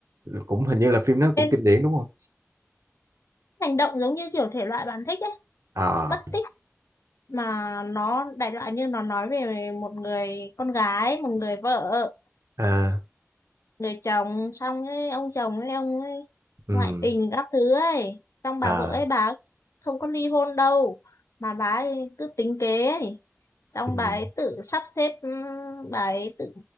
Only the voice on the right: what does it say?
cũng hình như là phim nó
cũng kinh điển đúng không?
À,
à,
ừm,
à,
ừm,